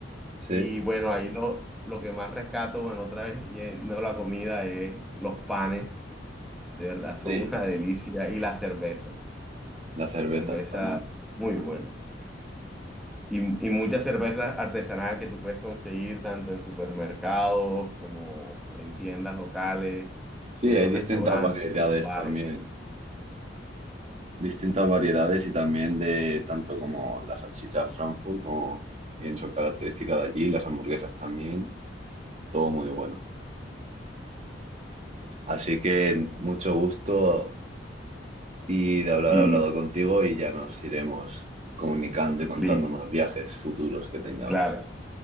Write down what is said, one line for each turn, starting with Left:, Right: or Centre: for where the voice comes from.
Right: sí,
Centre: y bueno, ahí lo, lo que más rescato, bueno, otra vez yendo a la comida es los panes, de verdad son
Right: sí.
Centre: una delicia y la cerveza,
Right: La cerveza
Centre: la cerveza
Right: también.
Centre: muy buena. Y, y muchas cervezas artesanales que tú puedes conseguir tanto en supermercados como en tiendas locales,
Right: Sí,
Centre: en
Right: hay
Centre: los
Right: distintas
Centre: restaurantes,
Right: variedades
Centre: en los bares.
Right: también. Distintas variedades
Centre: sí.
Right: y también de tanto como la salchicha Frankfurt, como bien son características de allí, las hamburguesas también. Todo muy bueno. Así que mucho gusto y de hablar
Centre: Y
Right: hablado contigo y ya nos iremos comunicando y contando
Centre: listo.
Right: más viajes futuros que tengamos.
Centre: Claro,